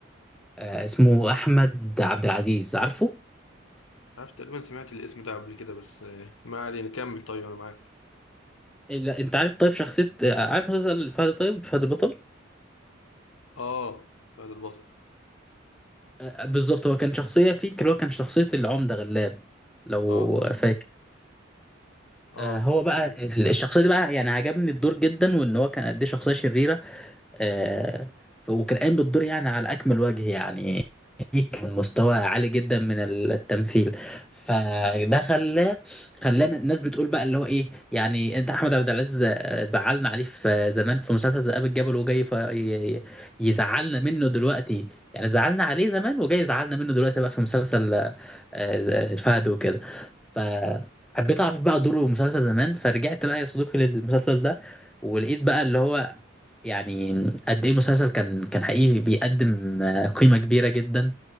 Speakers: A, in the centre; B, on the left (about 80°).
A: آه، اسمه احمد عبد العزيز عارفه
B: عارف تقريبا سمعت الاسم ده قبل كده بس آه ما علينا كمل طيب انا معاك
A: لا انت عارف طيب شخصية عارف مسلسل فهد طيب فهد البطل
B: اه فهد البطل
A: آه، بالظبط هو كان شخصية فيه اللي هو كان شخصية العمدة غلاب لو
B: اه
A: فاكر
B: اه
A: آه، هو بقى
B: كمل
A: الشخصية دي بقى يعني عجبني الدور جدا وان هو كان قد ايه شخصية شريرة آه، ف- وكان قايم بالدور يعني على أكمل وجه يعني إيه، كان مستوى عالي جدا من التمثيل فده خلاه خلانا الناس بتقول بقى اللي هو ايه يعني انت احمد عبد العزيز آه، زعلنا عليه في زمان في مسلسل ذئاب الجبل وجاي ف- ي- ي- يزعلنا منه دلوقتي يعني زعلنا عليه زمان وجاي يزعلنا منه دلوقتي بقى في مسلسل آه، آه، الفهد وكده فحبيت اعرف بقى دوره في مسلسل زمان فرجعت بقى يا صديقي للمسلسل ده ولقيت بقى اللي هو يعني قد ايه المسلسل كان كان حقيقي بيقدم آه، قيمه كبيره جدا